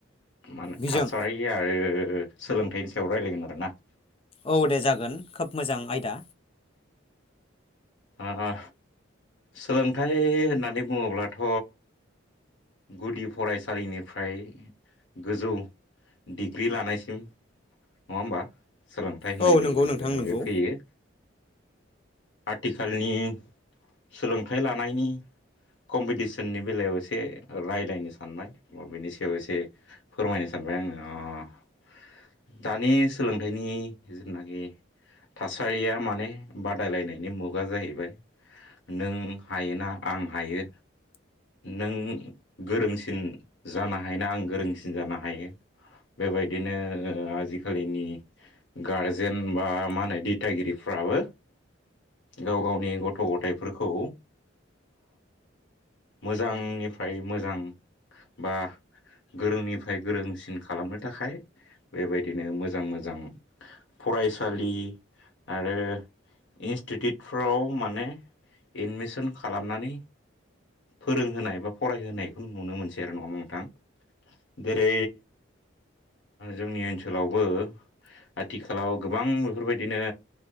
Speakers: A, on the left; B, on the left.
A: मान
B: बिजों
A: थासारि आरो सोलोंथाइनि सायाव रायज्लायगोन आरो ना
B: औ दे जागोन खोब मोजां आयदा
A: ओ ओ सोलोंथाइ होननानै बुङोब्लाथ' गुदि फरायसालिनिफ्राय गोजौ डिग्रि लानायसिम नङा होमबा सोलोंथाइ होननाय
B: औ
A: लोगो
B: नंगौ
A: लोगोनो
B: नोंथां
A: जोंना
B: नंगौ
A: बे फैयो। आथिखालनि सोलोंथाइ लानायनि कम्पिटिसननि बेलायाव एसे रायज्लायनो सानबाय बिनि सायाव एसे फोरमायनो सानबाय आङो। ओ दानि सोलोंथाइनि जेनाखि थासारिया माने बादायलायनायनि मुगा जाहैबाय नों हायोना आं हायो नों गोरोंसिन जानो हायोना आं गोरोंसिन जानो हायो। बेबायदिनो ओ आजिखालिनि गारजेन बा मा होनो दिथागिरिफ्राबो गाव गावनि गथ' गथायाइफोरखौ मोजांनिफ्राय मोजां बा गोरोंनिफ्राय गोरोंसिन खालामनो थाखाय बेबायदिनो मोजां मोजां फरायसालि आरो इन्स्टिटिउटफ्राव माने एडमिसन खालामनानै फोरोंहोनाय बा फरायहोनायखौ नुनो मोनसै आरो नङा नोंथां? जेरै जोंनि ओनसोलावबो आथिखालाव गोबां बेफोरबायदिनो